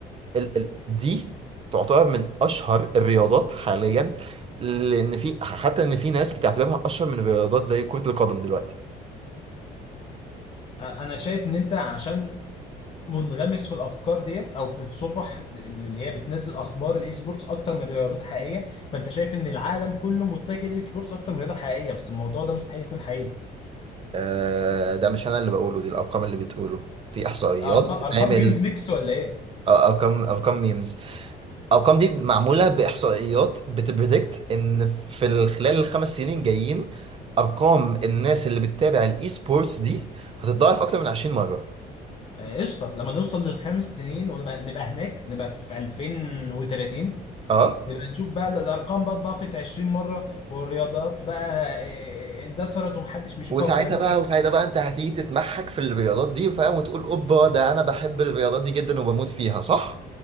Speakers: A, on the right (about 35°); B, on the left (about 35°).
A: ال ال دي تعتبر من اشهر الرياضات حاليا لان في حتى ان في ناس بتعتبرها اشهر من الرياضات زي كره القدم دلوقتي
B: انا شايف ان انت عشان منغمس في الافكار ديت او في الصفح اللي هي بتنزل اخبار الاي سبورتس اكتر من رياضات حقيقيه فانت شايف ان العالم كله متجه للاي سبورتس اكتر من رياضه حقيقيه بس الموضوع ده مستحيل يكون حقيقي
A: آه ده مش انا اللي بقوله دي الارقام اللي بتقوله في احصائيات
B: ارقام
A: بتتعمل
B: ارقام جيمز ميكس ولا ايه
A: آه، ارقام ارقام ميمز الارقام دي معموله باحصائيات بتبريدكت ان في ال- خلال الخمس سنين جايين ارقام الناس اللي بتتابع الاي سبورتس دي هتتضاعف اكتر من 20 مره
B: آه، قشطه لما نوصل للخمس سنين ونبقى نبقى هناك نبقى في 2030
A: اه
B: نبقى نشوف بقى الارقام بقى اتضاعفت 20 مره والرياضات بقى آه، اندثرت ومحدش بيشوفها
A: وساعتها
B: والكلام ده
A: بقى وساعتها بقى انت هتيجي تتمحك في الرياضات دي فاهم وتقول اوبا ده انا بحب الرياضات دي جدا وبموت فيها صح؟